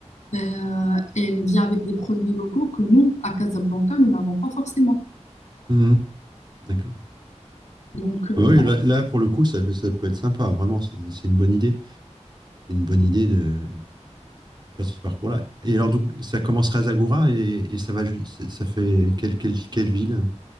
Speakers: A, on the left (about 70°); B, on the right (about 35°).
A: euh, elle vient avec des produits locaux que nous, à Casablanca, nous n'avons pas forcément.
B: Mhm, d'accord.
A: Donc, euh,
B: Ah Oui, là, là, pour le coup, ça, peut- ça peut être sympa. Vraiment, c'est c'est une bonne idée. C'est une bonne idée de faire ce parcours-là. Et alors, donc, ça commencerait à Zagora et, et ça va ju- c'est- ça fait quelle, quelle, quelle ville?